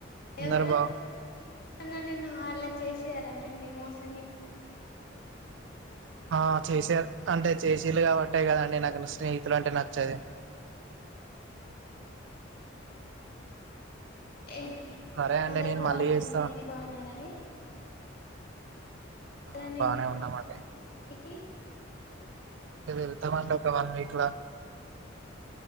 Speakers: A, on the right (about 65°); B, on the left (about 55°).
A: అందరు
B: ఎవరు
A: బా
B: న్నా నిన్ను అట్లా చేసారా అవునండి మోసం చే
A: ఆ చేసారు అంటే చెసిలు కాబట్టే కదండి నాకు స్నేహి ఇలా అంటే నచ్చది
B: ఎ
A: సరే అండి
B: అందరు
A: నేను
B: బాగున్నామండి
A: మళ్ళీ చేస్తా
B: మీ బాగున్నారా అండి
A: ఆ
B: రండి
A: బానే ఉన్నాం అండి
B: ఇంటికి
A: వెళ్తామండి ఒక వన్ వీక్లా